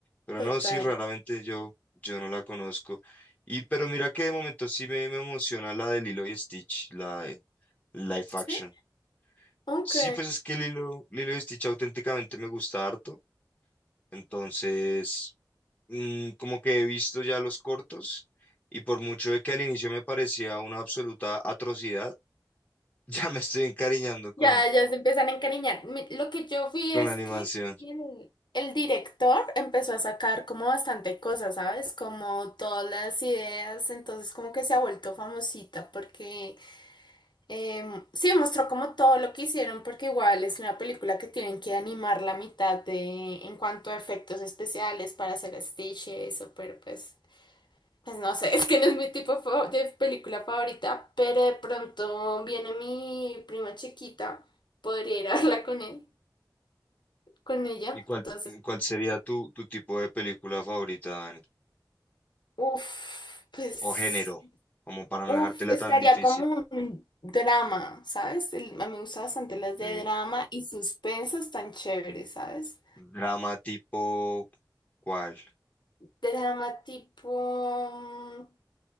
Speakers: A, on the left; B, on the left.
A: Pero
B: Total.
A: no, sí, raramente yo, yo no la conozco. Y pero mira que de momento sí me, me emociona la de Lilo y Stitch, la de live action.
B: Sí. Ok.
A: Sí, pues es que Lilo, Lilo y Stitch auténticamente me gusta harto. Entonces, mm, como que he visto ya los cortos y por mucho de que al inicio me parecía una absoluta atrocidad, <laughs> ya me estoy encariñando con,
B: Ya, ya se empiezan a encariñar. Mi- Lo que yo vi
A: con
B: es
A: la animación.
B: que el, el director empezó a sacar como bastante cosas, ¿sabes? Como todas las ideas, entonces como que se ha vuelto famosita porque em, sí mostró como todo lo que hicieron porque igual es una película que tienen que animar la mitad de en cuanto a efectos especiales para hacer Stitch y eso, pero pues... Pues no sé, <laughs> es que no es mi tipo fa- de película favorita, pero de pronto viene mi prima chiquita, podría ir a verla con él, con ella.
A: ¿Y cuál,
B: Entonces,
A: cuál sería tu, tu tipo de película favorita, Dani?
B: uff, pues,
A: O género, como para
B: uff,
A: no dejártela
B: estaría
A: tan difícil.
B: como un drama, ¿sabes? El- a mí me gustan bastante
A: Ok.
B: las de drama y suspenso están chéveres, ¿sabes?
A: Drama tipo, ¿cuál?
B: Drama tipo mm,